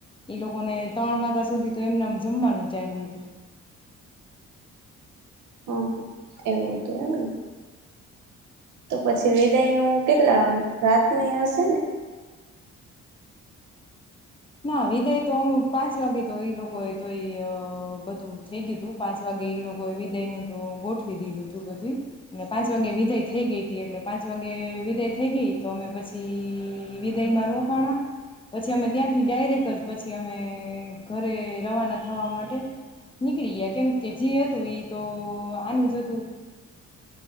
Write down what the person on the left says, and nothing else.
એ લોકોને ત્રણ વાગ્યા સુધી તો એમ જમવાનું ચાલ્યું હતું
ના વિદાય તો પાંચ વાગે તો ઈ લોકોએ તો બધું થઈ ગયું તું પાંચ વાગે ઈ લોકોએ વિદાય નું તો ગોઠવી દીધું તું બધું અને પાંચ વાગે વિદાય થઈ ગઈ હતી એટલે પાંચ વાગે વિદાય થઈ ગઈ તો અમે પછી વિદાયમાં રોકાણા ત્યાંથી ડાયરેક જ પછી અમે ઘરે રવાના થવા માટે નીકળી ગયા કેમ કે જે હતું ઈ તો આનું જ હતું